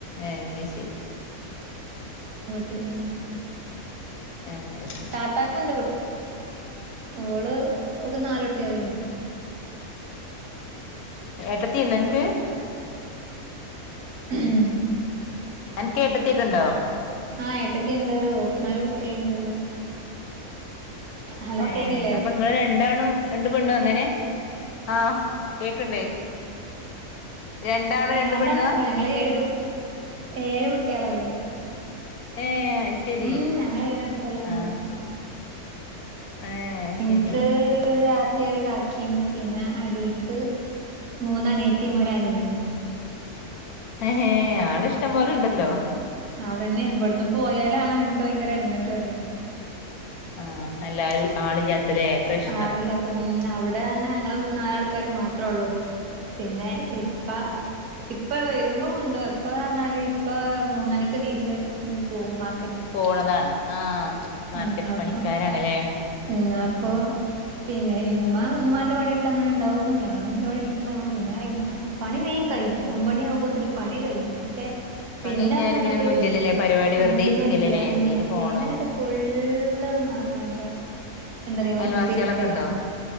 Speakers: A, on the left; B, on the right.
A: ഏഹ് അത്ശെരി
B: അങ്ങോട്ടെല്ലുന്നു
A: ആഹ് അത് ശെരി
B: താത്താക്കുണ്ട് ഓള് ഓക്ക് നാല് കുട്ടികളുണ്ട്
A: ഏട്ടത്തി എന്തനക്ക്
B: <unintelligible>
A: അനക്ക് ഏട്ടത്തീയൊക്കെ ഉണ്ടോ
B: ആഹ് ഏട്ടത്തി ഉണ്ട് ഓക്ക് നാല് കുട്ടികളുണ്ട് ഹലോ
A: ഏഹ്
B: കേക്കില്ലേ
A: അപ്പൊ നിങ്ങള് രണ്ടാളും രണ്ട് പെണ്ണും അങ്ങനെ ആഹ് കേക്കണ്ടേ രണ്ടാണും രണ്ട്
B: രണ്ടാണുങ്ങളല്ല
A: പെണ്ണുവാ
B: ഞങ്ങള് ഏഴുപെൺ ഏഴ് കുട്ടികളല്ലേ
A: ഏഹ് അത് ശരി
B: ഉം ഞങ്ങളിങ്ങനെ സ്ഥലുണ്ട്
A: ആഹ് ഏഹ് അത്
B: ഇനിക്ക്
A: ശരി
B: മത്ത ഒരു കാക്കിയും പിന്നെ അടിക്ക് മൂന്ന അനിയത്തയും ഒര് അനിയനും
A: ഹേ ഹേ ആള് ഇഷ്ടം പോലെ ഉണ്ടല്ലോ
B: അതന്നെ ഇവിടന്ന് പോയാല ആണ് എനിക്ക് ഭയങ്കര എടുങ്ങറ് അറിയ
A: ആഹ് എല്ലാരും ആളില്ലാത്താല്ലേ പ്രശ്നം
B: ആടില്ലാത്ത അവിടെന്നെ ഞങ്ങള് നാലാൾക്കാര് മാത്രേ ഉള്ളൂ പിന്നെ ഇപ്പ ഇപ്പ വരുമ്പോൾ ഉണ്ട് ഇപ്പൊ പറഞ്ഞാല് ഇപ്പൊ മൂന്നണിക്ക് എണീച്ച് പോകും മാർക്ക
A: പോണതാണ് ആ മാർക്കറ്റ്
B: ഉം അപ്പൊ
A: പണിക്കാരാണല്ലേ
B: ഉം അപ്പൊ
A: ആഹ്
B: പിന്നെ ഇമ്മ ഉമാന്റെ പണിയെടുത്ത് അങ്ങനെ ഉണ്ടാവും ഞാനൻന്റെ പണിയെടുത്ത്ുണ്ടാവും പിന്നെ കഞ്ഞ പണി വേ കഴ കഴ്യും ഒമ്പണി ആകുമ്പോത്തന് പണി കഴിയും പക്ഷെ
A: പണി
B: പിന്നെ
A: കഴിഞ്ഞാല്
B: അവിടന്ന് അങ്ങട്ട്
A: പിന്നൊന്നും ഇല്ലല്ലല്ലേ പരിപാടി വെറുതെ
B: ഒന്നുമല്ല
A: ഇരിക്കല്ലല്ലേ
B: ഉം
A: എന്തേലും പോണോ
B: പിന്നങ്ങട്ട് ഫുള് മ അന്ത എന്താറ വറുതെ
A: അയൽവാസികളൊക്കെ
B: ഇരിക്കല
A: ഉണ്ടോ